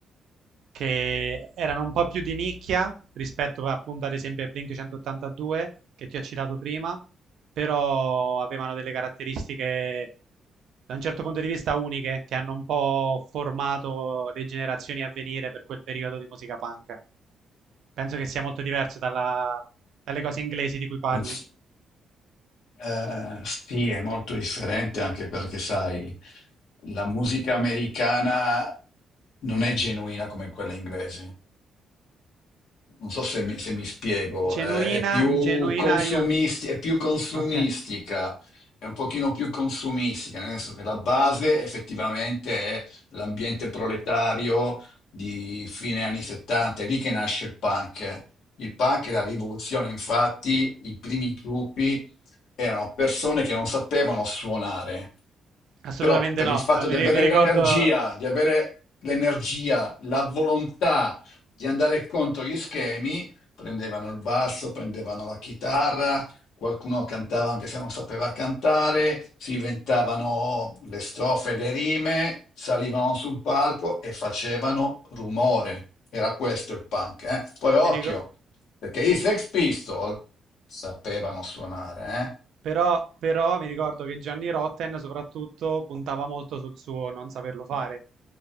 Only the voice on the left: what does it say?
Eh Sì. Eh, sì, è molto differente anche perché, sai, la musica americana non è genuina come quella inglese. non so se mi, se mi spiego,
eh, è più
consumisti,
è più consumistica,
è un pochino più consumistica, nel senso che la base effettivamente è l'ambiente proletario di fine anni 70, è lì che nasce il punk. Il punk e la rivoluzione, infatti, i primi gruppi erano persone che non sapevano suonare,
però per
il fatto
di avere
l'energia, di avere l'energia, la volontà di andare contro gli schemi, prendevano il basso, prendevano la chitarra, qualcuno cantava anche se non sapeva cantare, si inventavano le strofe, le rime, salivano su un palco e facevano rumore. Era questo il punk, eh? Poi occhio,
perché i Sex Pistol sapevano suonare, eh?